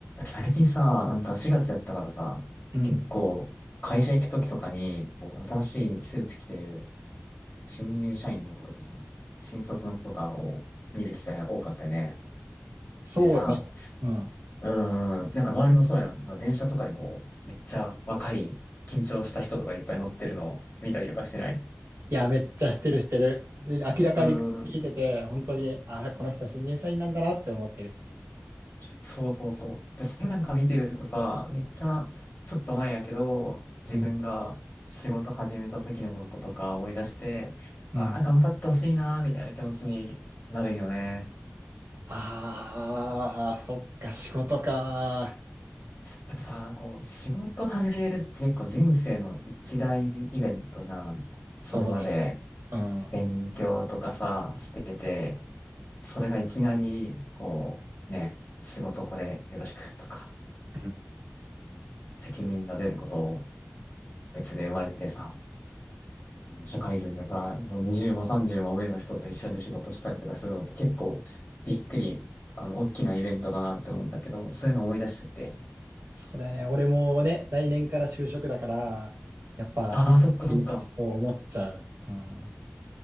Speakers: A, on the left (about 40°); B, on the right (about 75°).
A: 最近さ、なんか4月やったからさ、
B: うん。
A: 結構会社行く時とかに、こう、新しいスーツ着てる新入社員の子とかさ、新卒の子とかを見る機会が多かったね。
B: そうよね。
A: でさ、
B: うん。
A: うーん、なんか周りもそうやろ。まあ電車とかにこう、めっちゃ若い、緊張した人とかいっぱい乗ってるのを見たりとかしてない。
B: いや、めっちゃ知ってる知ってる。明らかに聞いてて、
A: うーん、
B: 本当に、あ、この人新入社員なんだなって思ってる。
A: そうそうそう。で、それなんか見てるとさ、めっちゃ、ちょっと前やけど、自分が仕事始めた時のこととか思い出して、
B: うん。うん。
A: ああ、頑張ってほしいなーみたいな気持ちになるんよね。
B: ああ、そっか、仕事か。
A: やっぱさ、こう、仕事始めるって結構人生の一大イベントじゃん。
B: そうだよね。
A: それまで
B: うん。
A: 勉強とかさ、してて、それがいきなり、こう、ね、仕事これよろしくとか、
B: うん
A: うん責任が出ることを別で生まれてさ、あの社会人のさ、20も30も上の人と一緒に仕事したりとかするのって結構びっくり、あの、大きなイベントかなって思うんだけど、そういうの思い出しちゃって、
B: そうだよね。俺もね、来年から就職だから、やっぱ、
A: ああ、
B: み
A: そっかそっか。
B: そう思っちゃう。うん。